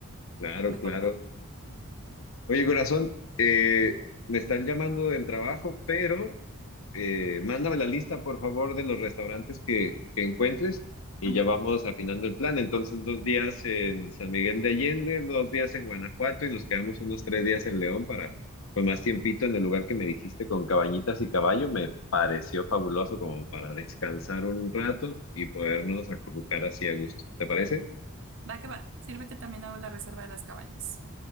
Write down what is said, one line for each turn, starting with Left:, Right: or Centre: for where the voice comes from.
Left: Claro,
Right: Mejor
Left: claro.
Right: no.
Left: Oye, corazón, eh, me están llamando del trabajo, pero eh, mándame la lista, por favor, de los restaurantes que, que encuentres y
Right: Ujú.
Left: ya vamos afinando el plan. Entonces, dos días en San Miguel de Allende, dos días en Guanajuato y nos quedamos unos tres días en León para, pues, más tiempito en el lugar que me dijiste con cabañitas y caballo. Me pareció fabuloso como para descansar un rato y podernos acurrucar así a gusto. ¿Te parece?
Right: Va que va. Sirve que también hago la reserva de las cabañas.